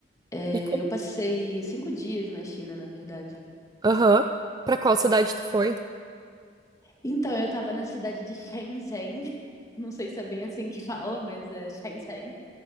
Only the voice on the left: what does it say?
É,
eu passei cinco dias na China, na verdade.
Então, eu tava na cidade de Shenzhen. <laughs> Não sei se é bem assim que fala, mas é Shenzhen.